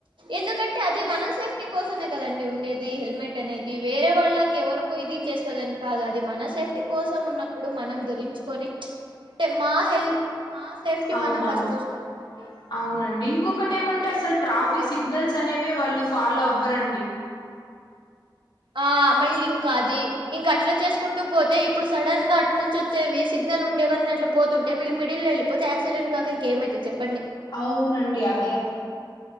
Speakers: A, on the right; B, on the left.
A: ఎందుకంటే అది మన సేఫ్టీ కోసమే కదండి ఉండేది హెల్మెట్ అనేది వేరే వాళ్ళకి ఎవరు కు ఇది చేస్తదని కాదు అది మన సేఫ్టీ కోసం ఉన్న ఇప్పుడు మనం ధరించుకొని మా హెల్ మా సేఫ్టీ
B: అవునవును
A: మనం ఫస్ట్ చూసుకోవాలి కదండి
B: అవునండి ఇంకొకటి ఏమంటే అసలు
A: ఫస్ట్
B: ట్రాఫిక్
A: ఎప్పుడే
B: సిగ్నల్స్
A: కానీ
B: అనేవి వాళ్ళు ఫాలో అవ్వరండి
A: ఆ మళ్ళీ ఇంకా అది ఇంక అట్లా చేసుకుంటూ పోతే ఇప్పుడు సడన్ గా అటు నుంచి వచ్చు చేవి సిగ్నల్ ఉండేవి అన్ని అట్లా పోతుంటే వీళ్ళు మిడిల్ లో వెళ్ళిపోతే ఆక్సి యాక్సిడెంట్ గాకా ఇంకేం అయితది చెప్పు
B: అవునండి అదే